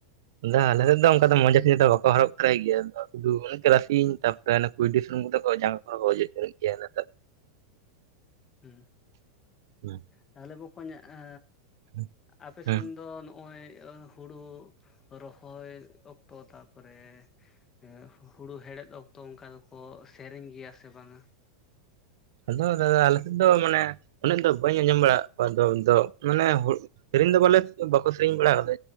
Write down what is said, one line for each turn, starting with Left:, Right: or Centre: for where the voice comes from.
Right: ᱟᱫᱟ ᱟᱞᱮᱥᱮᱱ ᱫᱚ ᱚᱱᱠᱟ ᱫᱚ ᱢᱚᱡᱟ ᱯᱷᱚᱡᱟ ᱫᱚ ᱵᱟᱠᱚ ᱦᱚᱨᱚᱜ ᱵᱟᱲᱟᱭ ᱜᱮᱭᱟ, ᱥᱩᱫᱩ ᱚᱱᱮ ᱠᱮᱨᱟᱥᱤᱱ ᱛᱟᱯᱚᱨᱮ ᱚᱱᱮ ᱠᱩᱭᱰᱤ ᱥᱩᱱᱩᱢ ᱠᱚᱛᱮ ᱠᱚ ᱡᱟᱜᱟ ᱠᱚᱨᱮ ᱠᱚ ᱚᱡᱚᱜ ᱡᱚᱱᱚ ᱜᱮᱭᱟ ᱱᱮ
Left: ᱦᱩᱸ
Right: ᱦᱩᱸ
Left: ᱛᱟᱦᱞᱮ ᱵᱚᱠᱚᱧ ᱟ
Right: ᱦᱩᱸ
Left: ᱟᱯᱮ
Right: ᱦᱩᱸ
Left: ᱥᱮᱱ ᱫᱚ ᱱᱚᱜᱼᱚᱭ ᱚ ᱦᱩᱲᱩ ᱨᱚᱦᱚᱭ ᱚᱠᱚᱛᱚ, ᱛᱟᱯᱚᱨᱮ ᱮ ᱦᱩᱲᱳ ᱦᱮᱲᱦᱮᱫ ᱚᱠᱛᱚ ᱚᱱᱠᱟ ᱫᱚᱠᱚ ᱥᱮᱨᱮᱧ ᱜᱮᱭᱟ ᱥᱮ ᱵᱟᱝᱟ?
Right: ᱟᱫᱚ ᱫᱟᱫᱟ ᱟᱞᱮ ᱥᱮᱫ ᱫᱚ ᱢᱟᱱᱮ, ᱩᱱᱟᱹᱜ ᱫᱚ ᱵᱟᱹᱧ ᱟᱸᱡᱚᱢ ᱵᱟᱲᱟ ᱠᱟᱫ ᱜᱮᱭᱟ ᱟᱫ ᱫᱚ ᱢᱟᱱᱮ ᱦ ᱥᱮᱨᱮᱧ ᱫᱚ ᱵᱚᱞᱮ ᱵᱟᱠᱚ ᱥᱮᱨᱮᱧ ᱵᱟᱲᱟ ᱟᱠᱟᱫᱟ,